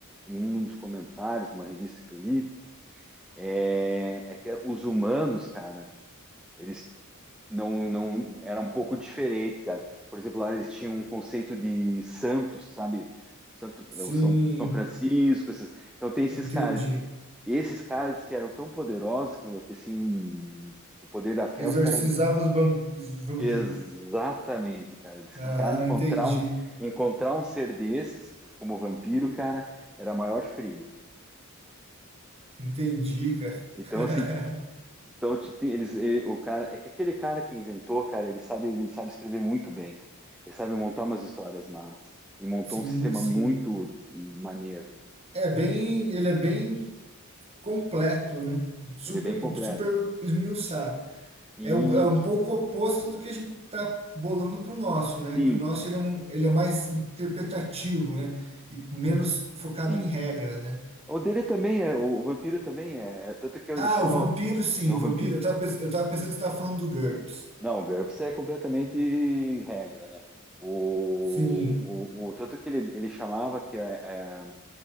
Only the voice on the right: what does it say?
Sim,
entendi.
Exorcizava
os, bam- os vampiros.
Ah,
entendi.
Entendi, cara.
<laughs>
Sim,
sim.
É bem, ele é bem completo, né? Super,
super esmiuçado.
É um, é um pouco oposto do que a gente está bolando para o nosso, né?
Que o nosso ele é, um, ele é mais interpretativo, né? E menos focado
em regras, né?
Ah,
o vampiro, sim,
o vampiro.
Eu estava eu tava pensando que você estava falando do GURPS.
Sim,